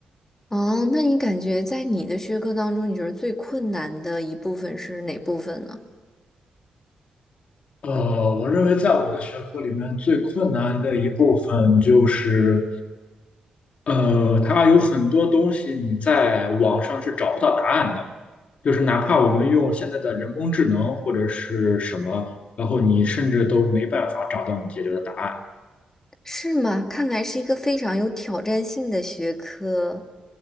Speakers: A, on the left; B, on the left.
A: 哦，那你感觉在你的学科当中，你觉得最困难的一部分是哪部分呢？
B: 呃，我认为在我的学科里面最困难的一部分就是，呃，它有很多东西你在网上是找不到答案的，就是哪怕我们用现在的人工智能或者是什么，然后你甚至都没办法找到你解决的答案。
A: 是吗？看来是一个非常有挑战性的学科。